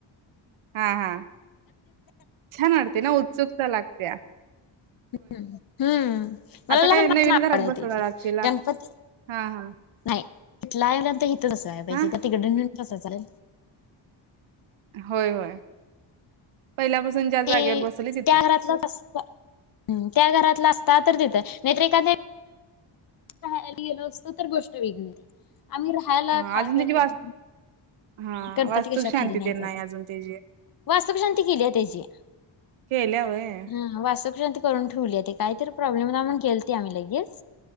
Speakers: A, on the right (about 90°); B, on the left (about 45°).
A: हा हा, छान वाटतंय ना उत्सुकता लागतीया.
B: हम्म हम्म मला
A: आता
B: लहानप
A: काय नवीन घरात
B: आवडचे
A: बसवणार आचीला
B: गणपती
A: हा हा
B: नाही तिथलं आहे ना ते ही. सं आहेय पाजे
A: हा
B: त्या तिकड नेऊन कस चालेल.
A: होय होय. पहिल्यापासून ज्या जागेवर
B: ते
A: बसवली तिथंच
B: त्या घरातलंच अस हं त्या घरातलं अस त तर तिथं नाहीतर एखांदे पाहायला गेलो असतो तर गोष्ट वेगळी होती. आम्ही राहायला
A: हा
B: खाय
A: अजून
B: पियला
A: त्याची वास हा
B: गणपती
A: वास्तुक
B: कशा
A: शांती
B: खाली नाही
A: तेन अजून त्याची
B: वास्तु शांती केली आहे त्याची
A: केल्या व्हय
B: ह वासुक शांती करून ठेवलीे ते काही तर प्रॉब्लेम होता म्हणून केलती आम्ही लगेच.